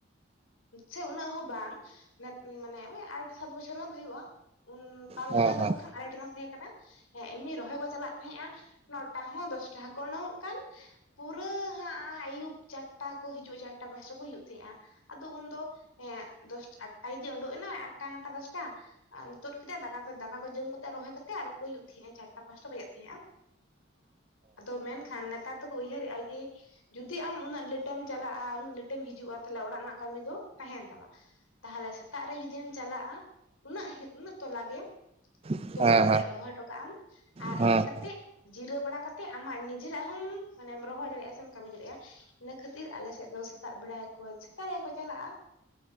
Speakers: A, on the left; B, on the right.
A: ᱥᱮ ᱩᱱᱟᱹᱜ ᱦᱚᱸ ᱵᱟᱝ ᱢᱟᱱᱮ ᱳᱭ ᱟᱴ ᱥᱟᱛ ᱵᱚᱪᱷᱚᱨ ᱜᱟᱱ ᱦᱩᱭᱩᱜᱼᱟ ᱩᱱ ᱛᱟᱨ
B: ᱦᱮᱸ
A: ᱞᱟᱦᱟ
B: ᱦᱮᱸ
A: ᱫᱚ ᱵᱟᱠᱷᱟᱱ ᱟᱞᱮ ᱴᱷᱮᱱ ᱦᱚᱸ ᱛᱟᱦᱮ ᱠᱟᱱᱟ ᱮᱢᱱᱤ ᱨᱚᱦᱚᱭ ᱠᱚ ᱪᱟᱞᱟᱜ ᱛᱟᱦᱮᱸᱜᱼᱟᱼᱼ ᱱᱚᱴᱟ ᱦᱚᱸ ᱫᱚᱥᱴᱟ ᱦᱚᱸᱠᱚ ᱚᱸᱰᱜᱚᱜ ᱠᱟᱱ ᱯᱩᱨᱟᱹ ᱦᱟᱸᱜ ᱟᱭᱩᱵ ᱪᱟᱴᱴᱟ ᱠᱚ ᱦᱤᱡᱜᱼᱟ ᱪᱟᱴᱴᱟ ᱯᱟᱸᱪᱴᱟ ᱠᱚ ᱦᱤᱡᱩᱜ ᱛᱟᱸᱦᱮᱜᱼᱟ ᱟᱫᱚ ᱩᱱᱫᱚ ᱮᱸ ᱫᱚᱥ ᱟᱴᱴᱟ ᱡᱫᱤ ᱩᱰᱩᱠ ᱮᱱᱟᱭ ᱟᱴᱴᱟ ᱱᱚᱸᱴᱟ, ᱫᱚᱥᱴᱟ, ᱛᱩᱫ ᱠᱮᱫᱟᱭ ᱫᱟᱠᱟ ᱠᱚ ᱫᱟᱠᱟ ᱠᱚ ᱡᱚᱢ ᱠᱟᱛᱮᱜ ᱨᱚᱦᱚᱭ ᱠᱟᱛᱮ ᱟᱨ ᱠᱚ ᱟᱹᱭᱩᱵ ᱛᱟᱦᱮᱸᱜᱼᱟ ᱪᱟᱨᱴᱟ ᱯᱟᱸᱪᱴᱟ ᱵᱟᱡᱟᱜ ᱛᱟᱦᱮᱸᱜᱼᱟ ᱟᱫᱚ ᱢᱮᱱᱠᱷᱟᱱ ᱱᱮᱛᱟᱨ ᱫᱚᱠᱚ ᱩᱭᱦᱟᱹᱨᱮᱜᱼᱟ ᱡᱮᱼᱼ ᱡᱩᱫᱤ ᱟᱢ ᱩᱱᱟᱹᱜ ᱞᱮᱴᱮᱢ ᱪᱟᱞᱟᱜᱼᱟ ᱩᱱᱟᱹᱜ ᱞᱮᱴᱮᱢ ᱦᱤᱡᱩᱜᱼᱟ ᱛᱟᱦᱚᱞᱮ ᱚᱲᱟᱜ ᱨᱮᱱᱟᱜ ᱠᱟᱹᱢᱤ ᱫᱚ ᱛᱟᱦᱮᱱ ᱛᱟᱢᱟ᱾ ᱛᱟᱦᱚᱞᱮ ᱥᱮᱛᱟᱜ ᱨᱮ ᱡᱩᱫᱤᱢ ᱪᱟᱞᱟᱜᱼᱟ ᱩᱱᱟᱹᱜ ᱦᱤ ᱩᱱᱟᱹᱜ ᱛᱚᱞᱟ ᱜᱮᱼᱼ
B: ᱦᱮᱸ
A: ᱛᱳᱜ ᱠᱟᱛᱮ ᱨᱚᱦᱚᱭ ᱴᱚᱠᱟᱜ ᱟᱢ ᱟᱨ
B: ᱦᱮᱸ ᱦᱮᱸ
A: ᱦᱮᱡ ᱠᱟᱼᱼ ᱛᱮᱜ ᱡᱤᱨᱟᱹᱣ ᱵᱟᱲᱟ ᱠᱟᱛᱮᱜ ᱟᱢᱟᱜ ᱱᱤᱡᱮᱨᱟᱜ ᱦᱚᱸᱢ ᱢᱟᱱᱮᱢ ᱨᱚᱦᱚᱭ ᱫᱟᱲᱮᱜᱼᱟ ᱥᱮᱢᱼᱼ ᱠᱟᱹᱢᱤ ᱫᱟᱲᱮᱜᱼᱟ ᱤᱱᱟᱹ ᱠᱷᱟᱹᱛᱤᱨ ᱟᱞᱮ ᱥᱮᱫ ᱫᱚ ᱥᱮᱛᱟᱜ ᱵᱮᱲᱟ ᱜᱮᱠᱚ ᱥᱮᱛᱟᱜ ᱨᱮᱜᱮ ᱠᱚ ᱪᱟᱞᱟᱜᱼᱟ᱾